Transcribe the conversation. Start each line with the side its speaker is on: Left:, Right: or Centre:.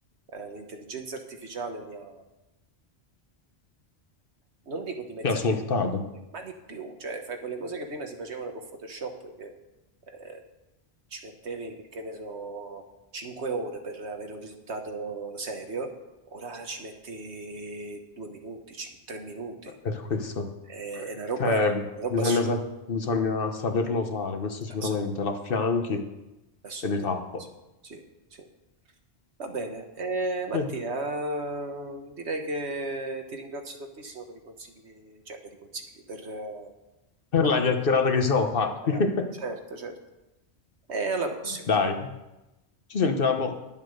Right: eh, l'intelligenza artificiale mi ha non dico dimezzate,
Left: ti ha svoltato.
Right: ma di più, cioè fai quelle cose che prima si facevano con Photoshop, che eh, ci mettevi, che ne so, 5 ore per avere un risultato serio, ora ci metti 2 minuti, 3 minuti,
Left: per questo.
Right: è, è una roba,
Left: Cioè,
Right: una roba
Left: bisogna,
Right: assurda,
Left: sa- bisogna saperlo usare, questo sicuramente,
Right: assolutamente
Left: l'affianchi
Right: assolutamente.
Left: ed è fatto.
Right: Sì, sì. Va bene, eh, Mattia,
Left: Eh,
Right: direi che ti ringrazio tantissimo per i consigli, cioè per i consigli, per eh,
Left: Per
Right: la
Left: la chiacchierata che ci siamo
Right: la
Left: fatti.
Right: chiacchierata.
Left: <laughs>
Right: Certo, certo. E alla prossima.
Left: Dai, ci sentiamo.